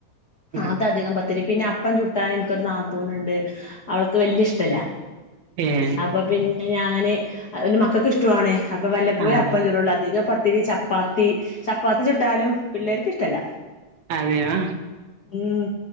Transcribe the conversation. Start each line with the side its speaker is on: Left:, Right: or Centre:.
Right: ആഹ്
Left: അത അധികം പത്തിരി പിന്നെ അപ്പം ചുട്ടാല് എനിക്കൊരു നാത്തൂന്ണ്ട് അവൾക്ക് വല്യയിഷ്ടല്ല
Right: ഏഹേ
Left: അപ്പ പിന്നെ ഞാന് അത് പിന്നെ മക്കക്കിഷ്ടവുമാണ് അപ്പൊ വല്ലപ്പോയും
Right: ആഹ്
Left: അപ്പം ചുടൊള്ളു അധികം പ ത്തിരി, ചപ്പാത്തി, ചപ്പാത്തി ചുട്ടാലും പിള്ളേർക്കിഷ്ടമല്ല
Right: അതേയോ?
Left: ഉം